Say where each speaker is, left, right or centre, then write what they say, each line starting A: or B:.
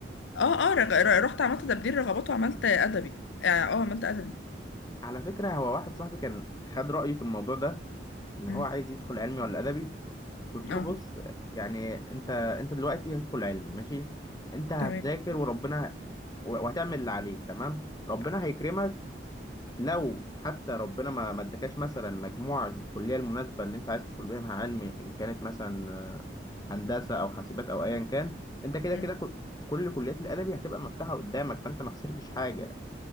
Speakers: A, on the left (about 80°); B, on the left (about 20°).
A: اه اه رغ- ر- رحت عملت تبديل رغبات وعملت ادبي اه آه، عملت ادبي
B: على فكره هو واحد صاحبي كان خد رايي في الموضوع ده ان
A: مم.
B: هو عايز يدخل علمي ولا ادبي قلت له
A: اه
B: بص يعني انت انت دلوقتي هتدخل علمي ماشي انت هتذاكر
A: تمام
B: وربنا و- وهتعمل اللي عليك تمام ربنا هيكرمك لو حتى ربنا ما ما ادكاش مثلا مجموع الكليه المناسبه اللي انت عايز تدخل بيها علمي ان كانت مثلا هندسه او حاسبات او ايا كان انت كده
A: مم.
B: كده كل كل كليات الادبي هتبقى مفتوحه قدامك فانت ما خسرتش حاجه